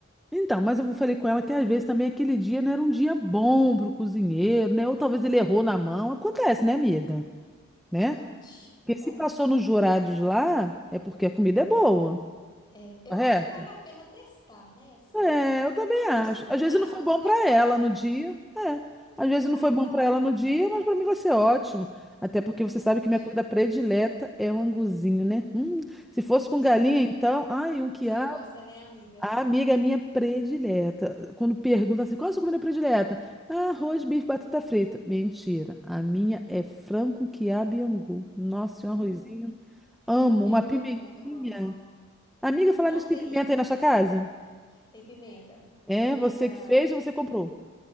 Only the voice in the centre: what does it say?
então, mas eu falei com ela que às vezes também aquele dia não era um dia bom para o cozinheiro, né? Ou talvez ele errou na mão. Acontece, né, amiga?
Né?
Porque se passou nos jurados lá, é porque a comida é boa,
correto?
É, eu também
acho. Às
vezes não foi bom
para
ela
no dia. É.
Às vezes
não foi
bom
para ela no dia, mas para mim vai ser ótimo. Até porque
você sabe que minha comida predileta é o anguzinho, né? Hum, se fosse com
galinha, então, ai, um quiabo.
A amiga minha predileta. Quando pergunta assim, qual é a sua comida predileta? Ah, arroz, bife, batata frita. Mentira. A minha é frango com quiabo e angu. Nossa,
e um arrozinho. Amo
uma pimentinha.
Amiga, falar
nisso,
tem pimenta
aí na sua casa?
É,
você que fez ou você comprou?